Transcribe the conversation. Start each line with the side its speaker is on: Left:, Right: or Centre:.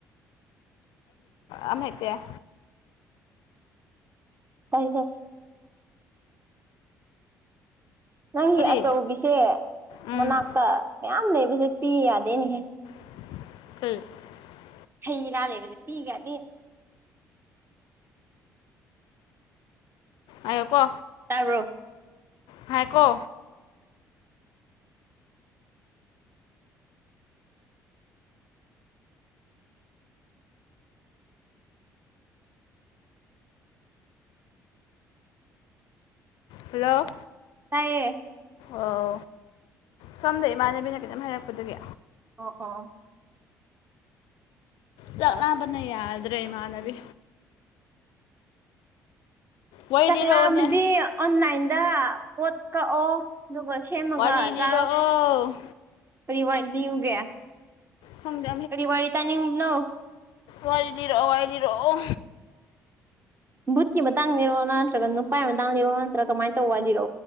Left: ꯑ ꯇ
Right: ꯆ ꯆꯁꯦ ꯅꯪꯒꯤ
Left: ꯀꯔꯤ
Right: ꯑꯆꯧꯕꯤꯁꯦ
Left: ꯎꯝ
Right: ꯃꯅꯥꯛꯇ ꯃꯌꯥꯝ ꯂꯩꯕꯁꯦ ꯄꯤ ꯌꯥꯗꯦꯅꯦꯍꯦ
Left: <inaudible>
Right: ꯍꯩꯔ ꯂꯩꯕꯗ ꯄꯤꯒꯔꯗꯤ
Left: ꯑꯡꯀꯣ
Right: ꯇꯥꯔꯣ
Left: ꯍꯥꯏꯀꯣ ꯍꯜꯂꯣ
Right: ꯇꯥꯏꯌꯦ
Left: ꯑꯣ ꯁꯣꯝꯗ ꯏꯃꯥꯟꯅꯕꯤꯅ ꯀꯈꯤꯇꯝ ꯍꯥꯏꯔꯛꯄꯗꯨꯒꯤ
Right: ꯑꯣ ꯑ
Left: ꯆꯥꯛꯂꯥꯝꯕꯅꯤ ꯌꯥꯗ꯭ꯔꯦ ꯏꯃꯥꯟꯅꯕꯤ ꯋꯥꯔꯤ
Right: ꯆꯥꯛꯂꯥ
Left: ꯂꯤꯔꯛꯑꯣꯅꯦ
Right: ꯑꯃꯥꯗꯤ ꯑꯣꯟꯂꯥꯏꯟꯗ ꯄꯣꯠ ꯀꯛꯑꯣ ꯑꯗꯨꯒꯥ ꯁꯦꯝꯃꯒ
Left: ꯋꯥꯔꯤ ꯂꯤꯔꯛꯑꯣ
Right: ꯆꯥꯔꯣ ꯀꯔꯤ ꯋꯥ ꯂꯤꯌꯨꯒꯦ
Left: ꯈꯪꯗꯦ
Right: ꯀꯔꯤ ꯋꯥꯂꯤ ꯇꯅꯤꯡꯕꯅ‌ꯣ
Left: ꯋꯥꯔꯤꯗꯤꯔꯛꯑꯣ ꯋꯥꯔꯤꯏꯗꯤꯔꯛꯑꯣ
Right: ꯕꯨꯠꯀꯤ ꯃꯇꯥꯡꯅꯤꯔꯣ ꯅꯠꯇ꯭ꯔꯒ ꯅꯨꯄꯥꯒꯤ ꯃꯇꯥꯡꯅꯤꯔꯣ ꯅꯠꯇ꯭ꯔꯒ ꯀꯃꯥꯏꯅ ꯇꯧꯕꯥ ꯂꯤꯔꯣ